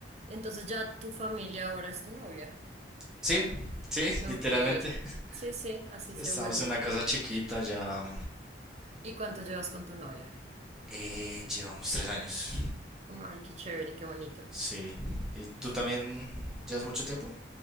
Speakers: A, on the right (about 35°); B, in the centre.
A: Entonces ya tu familia ahora es tu novia.
B: Sí, sí,
A: Ok.
B: literalmente. <laughs>
A: Sí, sí, así
B: Estamos
A: se vuelve.
B: en una casa chiquita, ya
A: ¿Y cuánto llevas con tu novia?
B: eh, llevamos tres años.
A: Ay, qué chévere, qué bonito.
B: Sí. ¿Y tú también llevas mucho tiempo?